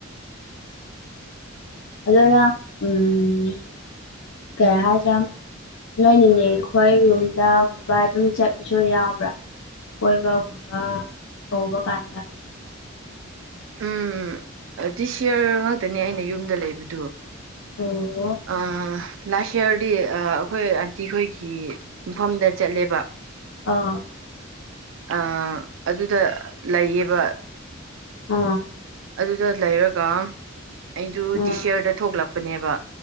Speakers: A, on the left; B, on the right.
A: ꯑꯗꯨꯅ ꯎꯝ ꯀꯩ ꯍꯥꯏꯁꯦ ꯅꯣꯏ ꯅꯤꯅꯦꯈꯣꯏ ꯅꯨꯡꯃꯤꯗꯥꯡꯒꯨꯝꯕ ꯑꯗꯨꯝ ꯆꯠꯄꯁꯨ ꯌꯥꯎꯕ꯭ꯔꯥ ꯀꯣꯏꯕꯒꯨꯝꯕ ꯀꯧꯕ ꯀꯥꯟꯗ
B: ꯎꯝ ꯗꯤꯁ ꯌꯔ ꯉꯥꯛꯇꯅꯦ ꯑꯩꯅ ꯌꯨꯝꯗ ꯂꯩꯕꯗꯨ
A: ꯑꯣ
B: ꯑ ꯂꯥꯁ ꯏꯌꯥꯔꯗꯤ ꯑ ꯑꯩꯈꯣꯏ ꯑꯟꯇꯤꯈꯣꯏꯒꯤ ꯃꯐꯝꯗ ꯆꯠꯂꯦꯕ
A: ꯑꯥ
B: ꯑꯥ ꯑꯗꯨꯗ ꯂꯩꯌꯦꯕ
A: ꯑꯥ
B: ꯑꯗꯨꯗ ꯂꯩꯔꯒ ꯑꯩꯗꯨ
A: ꯑꯥ
B: ꯗꯤꯁ ꯏꯌꯔꯗ ꯊꯣꯛꯂꯛꯄꯅꯦꯕ